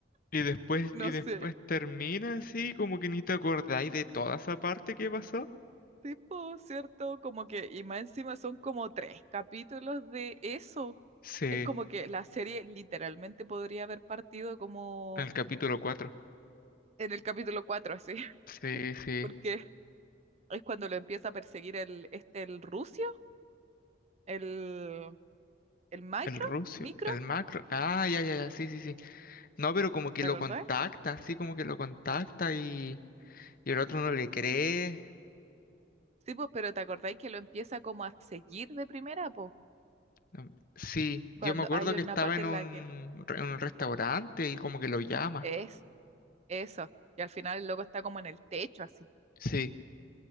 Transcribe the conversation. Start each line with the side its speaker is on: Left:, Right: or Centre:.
Left: Y después,
Right: <laughs> no
Left: y después
Right: sé,
Left: termina así, como que ni te acordáis de toda esa parte que pasó.
Right: tipo, ¿cierto? Como que, y más encima son como tres capítulos de eso.
Left: Sí, en
Right: Es como que la serie literalmente podría haber partido como
Left: el capítulo 4.
Right: en el capítulo 4 así, <laughs>
Left: Sí, sí.
Right: porque es cuando lo empieza a perseguir el, este, el rucio, el... el micro,
Left: El Rusio,
Right: micro,
Left: el macro. Ah, ya, ya, ya, sí, sí, sí. No, pero como que
Right: ¿te
Left: lo
Right: acordáis?
Left: contacta, así como que lo contacta y, y el otro no le cree.
Right: Sí, pues, pero ¿te acordáis que lo empieza como a seguir de primera, pues?
Left: No, Sí, yo
Right: Cuando
Left: me acuerdo
Right: hay
Left: que
Right: una
Left: estaba
Right: parte
Left: en
Right: en
Left: un,
Right: la que
Left: re- en un restaurante y como que lo llama.
Right: es eso, y al final el loco está como en el techo, así,
Left: Sí,